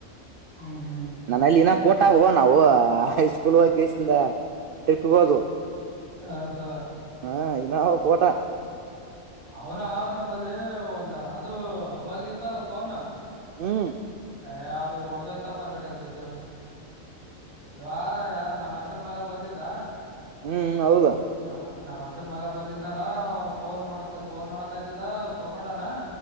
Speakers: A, on the right; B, on the right.
A: ಹ್ಮ್ ಹ್ಮ್.
B: ನನಲ್ಲಿನ ಪೋಟವು ನಾವು ಹೈ ಸ್ಕೂಲ್ ಒಗಶಿಂದ ಟ್ರಿಪ್ಗೆ ಹೋದುವು.
A: ಹ ಹ.
B: ಹಾ ಇನ್ನಾವ ಫೋಟಾ.
A: ಅವನ ಅವ ನಂಬಲ್ಲಿ ಒಂದು ಅದು ಅವಾಗ ಇತ್ತಲ್ಲ ಫೋನು.
B: ಹ್ಮ.
A: ಏ ಅದು ಹೊಡದೋಯ್ತಪ್ಪ ಕಡೆ ಬಿದ್ದು ಯವ ಯಾರು ನಮ್ಮ ಅಕ್ ಕ್ಕನ್ ಮಗ ಬಂದಿದ್ದ.
B: ಹ್ಮ್ ಹ್ಮ್ ಹೌದ.
A: ನಮ್ಮ ನಮ್ಮ್ ಅಕ್ಕನ್ ಮಗ ಬಂದಿದ್ನಲ್ಲ ಫೋನ್ ನೋಡ್ತ ಫೋನ್ ನೋಡಕ್ತಿದ್ದ ತಗೊಂಡನ.